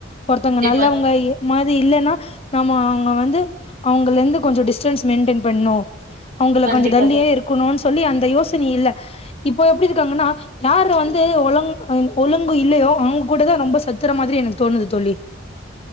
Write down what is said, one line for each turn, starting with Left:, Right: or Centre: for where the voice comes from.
Left: ஒருத்தவங்க
Right: கண்டிப்பா
Left: நல்லவங்க மாரி இல்லன்னா நம்ம அவுங்க வந்து அவங்கலந்து கொஞ்ச டிஸ்டன்ஸ் மெயின்டெயின் பண்ணணு அவங்கள
Right: கண்டிப்பா
Left: கொஞ்ச தள்ளியே
Right: தோழி
Left: இருக்கணுன்னு சொல்லி அந்த யோசனி இல்ல இப்போ எப்டி இருக்காங்கன்னா யாரு வந்து ஒழுங்க் ஒழுங்கு இல்லையோ அவுங்க கூட தா ரொம்ப சுத்தற மாதிரி எனக்கு தோணுது தோழி